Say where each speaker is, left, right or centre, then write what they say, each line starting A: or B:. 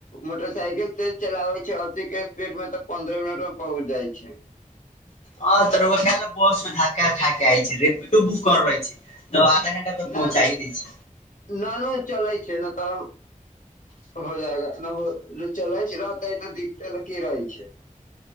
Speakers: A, on the left; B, on the left.
A: मोटरसाइकिल तज चलाबै छै अस्सी के स्पीड मे तऽ पंन्द्रह मिनट मे पहुँच जाइ छै <inaudible>
B: ह त ओ कल बस मे ढाक ढाक आइ छै रेपिडो बुक कर लै छै तऽ आधा घंटा मे तऽ
A: न
B: पहुँचाइ दै छै
A: नानू चलै छै नहि तऽ हो जायगा न हो चलै छै रहैत तऽ दिक्कते ने की रहै छै <inaudible>